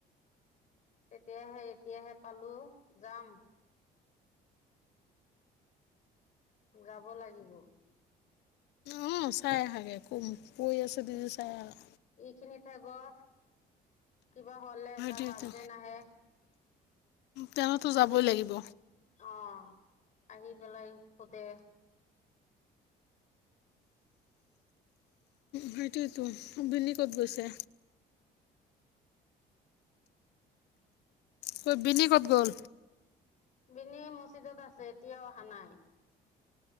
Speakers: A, on the left; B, on the left.
A: তেতিয়াহে এতিয়াহে পালো যাম। যাব লাগিব।
B: অঁ চাই আহাগৈ ক' কৈ আছে দিদি চাই আৰু।
A: এইখিনিতে গৰ কিবা হলে তাৰ
B: সেইটোৱেতো
A: হাজবেণ্ড আহে।
B: তেওঁতো যাবই
A: আহি
B: লাগিব
A: অ আহি পেলাই সোধে।
B: সেইটোয়তো হুম্বেনি কত গৈছে। কই বিনি ক'ত গ'ল।
A: বিনি মছিজদত আছে এতিয়াও অহা নাই।